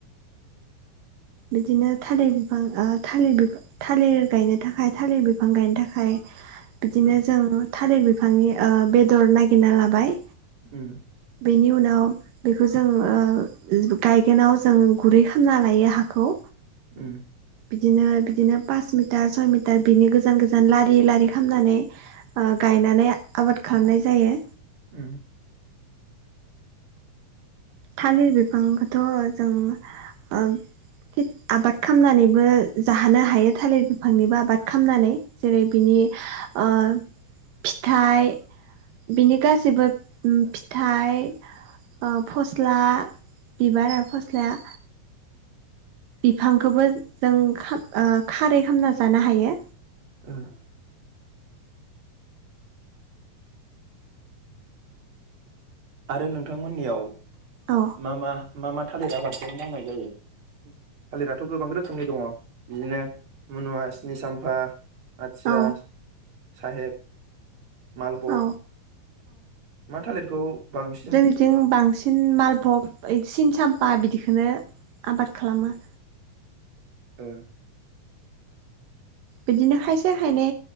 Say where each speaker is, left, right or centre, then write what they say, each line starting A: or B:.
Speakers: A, on the right; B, on the right.
A: बिदिनो थालिर बिफां ओ थालिर बिफ थालिर गायनो थाखाय थालिर बिफां गायनो थाखाय बिदिनो
B: उम
A: जों थालिर बिफांनि ओ बेदर नागिरना लाबाय
B: उम
A: बेनि उनाव बेखौ जों ओ गायगोनाव जों गुरै खालामना लायो हाखौ।
B: उम
A: बिदिनो -बिदिनो फास मिटार सय मिटार बिनि गोजान- गोजान लारि -लारि खामनानै ओ गाय यनानै आबाद खालामनाय जायो।
B: उम
A: थालिर बिफांखौथ' जों ओ खिद आबाद खामनानैबो जाहोनो हायो थालिर बिफांनिबो आबाद खामनानै जेरै बिनि ओ फिथाइ बिनि गाैसैबो फिथाइ ओ फस स्ला बिबार आरो फस्लाया बिफांखोबो जों ओ खारै खामना जानो हायो।
B: ओं आरो नोंथांमोननियाव
A: औ
B: मा -मा- मा- मा थालिरा बांसिन मावनाय जायो थालिराथ' गोबां रोखोमनि दङ बिदिनो मुनुवा स्नि साम्फा आथिया
A: औ
B: साहेब मालभक
A: औ
B: मा थालिरखौ बांसिन
A: जोंनिथि बांसिन मालभब इदि सिन साम फा बिदिखोनो आबाद खालामो।
B: ओ
A: बिदिनो खायसे खायनै